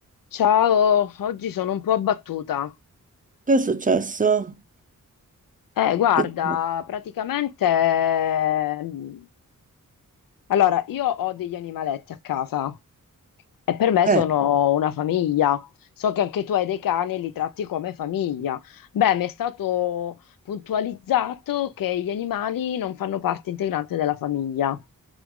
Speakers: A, on the left (about 80°); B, on the right (about 25°).
A: Ciao, oggi sono un po' abbattuta.
B: Che è successo?
A: Eh, guarda,
B: Che...
A: praticamente... ehm, Allora, io ho degli animaletti a casa e per me
B: Eh,
A: sono una famiglia. So che anche tu hai dei cani e li tratti come famiglia. Beh, mi è stato puntualizzato che gli animali non fanno parte integrante della famiglia.